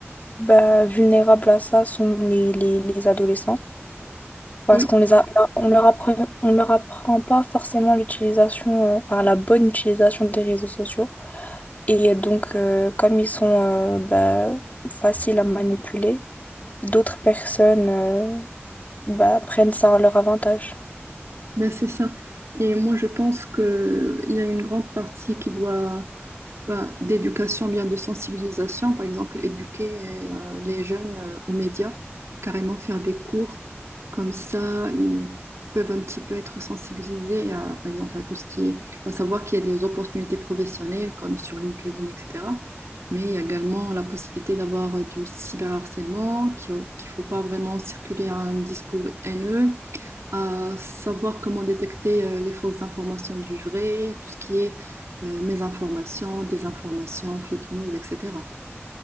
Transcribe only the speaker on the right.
Oui,
ben c'est ça. Et moi, je pense qu'il y a une grande partie qui doit ben, d'éducation, bien de sensibilisation, par exemple, éduquer euh, les jeunes euh, aux médias, carrément faire des cours, comme ça, ils peuvent un petit peu être sensibilisés, à, par exemple, à tout ce qui est, à savoir qu'il y a des opportunités professionnelles, comme sur LinkedIn, etc. Mais il y a également la possibilité d'avoir euh, du cyberharcèlement, qu'il ne faut pas vraiment circuler un discours haineux, à savoir comment détecter euh, les fausses informations du vrai, tout ce qui est euh, mésinformation, désinformation, fake news, etc.